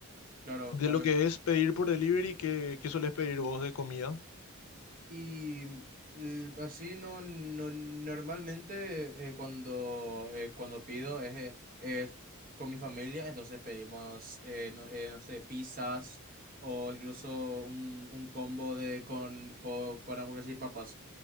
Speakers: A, on the right; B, on the left.
A: Claro,
B: De
A: ah,
B: lo que es pedir por delivery, ¿qué, qué solés pedir vos de comida?
A: Y eh, así no, no normalmente eh, cuando, eh, cuando pido es, eh, es con mi familia, entonces pedimos, eh, no, eh, no sé, pizzas o incluso un, un combo de con, co- con, hamburguesas y papas,